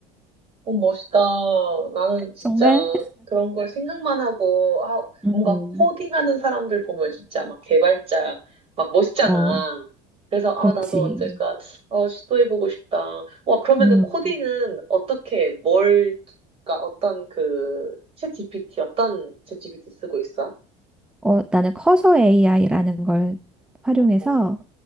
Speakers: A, on the right; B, in the centre.
A: 어, 멋있다. 나는 진짜
B: 정말?
A: 그런 걸 생각만 하고, 아,
B: 음.
A: 뭔가 코딩하는 사람들 보면 진짜 막 개발자, 막 멋있잖아.
B: 어,
A: 그래서, 아,
B: 그렇지.
A: 나도 언젠가, 어, 시도해보고 싶다. 와, 그러면은
B: 음.
A: 코딩은 어떻게, 뭘, 그러니까 어떤 그, 챗 GPT, 어떤 챗 GPT 쓰고 있어?
B: 어, 나는 커서 AI라는 걸 활용해서
A: 어